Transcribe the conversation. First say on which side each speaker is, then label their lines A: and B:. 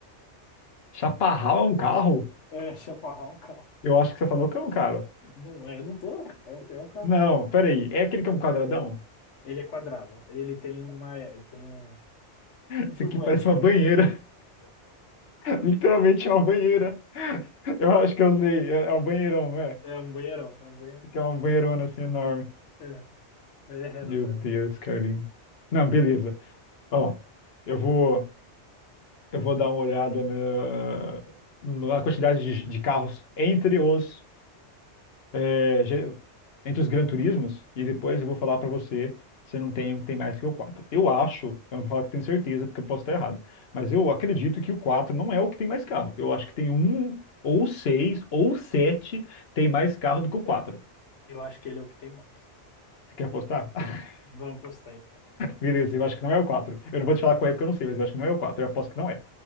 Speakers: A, on the left (about 60°); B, on the left (about 85°).
A: Chaparral é um carro?
B: É, chaparral é um carro.
A: Eu acho que você tá loucão, cara.
B: Não, é, eu não tô. É um, é um carro.
A: Não, peraí. É aquele que é um quadradão?
B: Ele é quadrado. Ele tem uma. Ele tem um, um
A: Isso
B: turbo
A: aqui parece
B: hélice
A: uma
B: atrás.
A: banheira. <laughs> Literalmente é uma banheira. Eu acho que eu sei. É é um banheirão, não é?
B: É um banheirão. É um banheirão.
A: Que é uma banheirona assim enorme.
B: É. Ele é reto.
A: Meu
B: sabe?
A: Deus, Carlinhos. Não, beleza. Ó, eu vou. Eu vou dar uma olhada na, na quantidade de, de carros entre os é, ge- entre os Gran Turismos e depois eu vou falar para você se não tem um que tem mais que o 4. Eu acho, eu não vou falar que tenho certeza porque eu posso estar errado, mas eu acredito que o 4 não é o que tem mais carro. Eu acho que tem um ou seis ou sete tem mais carro do que o 4.
B: Eu acho que ele é o que tem mais.
A: Você quer apostar? <laughs>
B: Vamos postar então.
A: Beleza, eu acho que não é o 4. Eu não vou te falar qual é porque eu não sei, mas eu acho que não é o 4. Eu aposto que não é.